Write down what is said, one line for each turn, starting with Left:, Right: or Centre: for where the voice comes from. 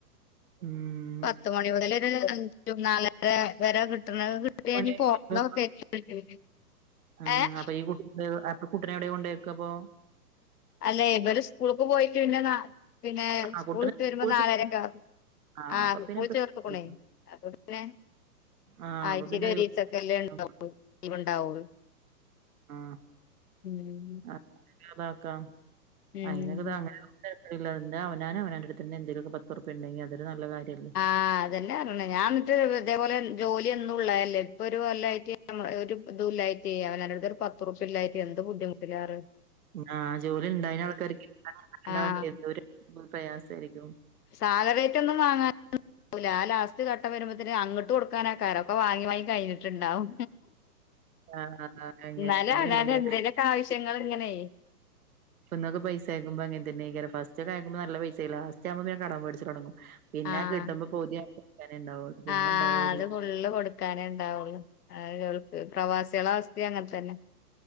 Right: ഉം
Left: പത്ത് മണി മുതൽ ഒര് അഞ്ച് നാലര വരെ കി ട്ടുന്നതൊക്കെ കിട്ട്യ
Right: പണി
Left: ഞ് പോണംന്നൊ
Right: കഴിയുമ്പോ
Left: ക്കെര്‌ത്‌ണ്ട്
Right: ആ ആഹ്
Left: ഏഹ്
Right: <unintelligible> അപ്പൊ കുട്ടിനെ എവിടെ കൊണ്ടേക്ക അപ്പോ
Left: അല്ലേ ഇവര് സ്കൂൾക്ക് പോയ്റ്റ് പിന്നെ നാ പിന്നെ
Right: ആ
Left: സ്കൂള്ട്ട്
Right: കുട്ടീനെ
Left: വരുമ്പോ
Right: സ്കൂൾ
Left: നാലരക്കെ
Right: ചേ
Left: ആവും
Right: ആ
Left: ആഹ്
Right: അപ്പൊ പിന്നെ
Left: സ്കൂൾ
Right: പ്രശ്നല്ല.
Left: ചേർത്തുക്കുണേ അപ്പൊ പിന്നെ
Right: ആ
Left: ആയ്ച്ചേൽ
Right: അപ്പൊ പിന്നെ
Left: ഒരീസക്കല്ലേ
Right: ഒഴിവുണ്ടാവും.
Left: ഇണ്ടാവൂ ലീവ് ണ്ടാവൂ
Right: ആ
Left: ഉം
Right: അതൊക്കെ അതാക്കാം
Left: ഉം
Right: അയിനൊക്കെ ത ങ്ങനെ തരക്കടില്ല എന്താ അവനാൻ അവനാന്റെടുത്തന്നെ എന്തെലൊക്കെ പത്തുർപ്പ്യ ഇണ്ടെങ്കി അതൊരു നല്ലകാ ര്യല്ലേ
Left: ആഹ് അതന്നെ പറിണ് ഞാൻന്ന്ട്ട് ഇതേപോലെ ജോലി എന്നുള്ളല്ലേ ഇപ്പൊ ഒരു കൊല്ലായിറ്റ് നമ്മ ഒരു ഇതുല്ലായിറ്റേ അവനാന്റെ ട് ത്ത് ഒരു പത്തുർപ്യ ഇല്ലായിറ്റ് എന്ത് ബുദ്ധിമുട്ടിലാറ്യോ
Right: ഉം ആഹ് ജോലി ഇണ്ടായിന ആൾക്കാർക്ക് <unintelligible> ണ്ടാവുമ്പ
Left: ആഹ്
Right: എന്തൊരു പ്രയാസേരിക്കും
Left: സാലറി ആയിറ്റ് ഒന്നും വാങ്ങ ങ്ങൂല ആ ലാസ്റ്റ് ഘട്ടം വരുബത്തിന് അങ്ങട്ട് കൊടുക്കാനാക്കാരം ഒക്ക വാങ്ങി വാങ്ങി കയിഞ്ഞ്ട്ട്ണ്ടാവും
Right: ആ അങ്ങനെ
Left: ന്നാലും
Right: തന്നെയല്ലേ
Left: അവനാന്റെ എന്തേലൊക്കെ ആവശ്യങ്ങള് ങ്ങനെ
Right: പെണ്ണ്ങ്ങക്ക് പൈസ അയക്കുമ്പോ അങ്ങൻ തനെ അയ്ക്കാരം ഫസ്റ്റ് ഒക്കെ ആയക്കുമ്പോ നല്ല പൈസേ ലാസ്റ്റ് ആവുമ്പോ പിന്നെ കടം വേട്ച്ചൽ തൊടങ്ങും പിന്നെ
Left: ആഹ്
Right: കിട്ട്മ്പോ പൗതി <unintelligible> ക്കാനെ ണ്ടാവൊള്ളൂ പിന്നെ
Left: ആഹ്
Right: ണ്ടാവൂല്യാ
Left: അത് ഫുള്ള് കൊടുക്കാനേ ഇണ്ടാവൊള്ളു <unintelligible> പ്രവാസേള അവസ്ഥിം അങ്ങൻ തന്നെ